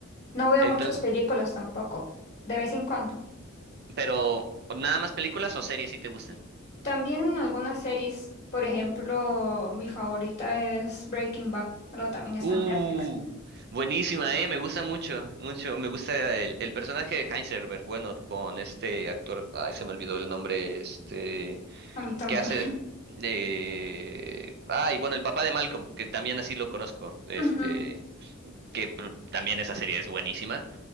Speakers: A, on the left (about 40°); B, on the right (about 50°).
A: No veo
B: entonces,
A: muchas películas tampoco, de vez en cuando.
B: pero ¿nada más películas o series si te gustan?
A: También en algunas series, por ejemplo, mi favorita es Breaking Bad, pero también está
B: Uh,
A: en Netflix.
B: buenísima, eh, me gusta mucho, mucho, me gusta el, el personaje de Heisenberg, bueno, con este actor, ay, se me olvidó el nombre, este,
A: A mí también.
B: que hace de, ay, bueno, el papá de Malcolm, que también así lo conozco, este.
A: <laughs> Ujú.
B: que pr- también esa serie es buenísima.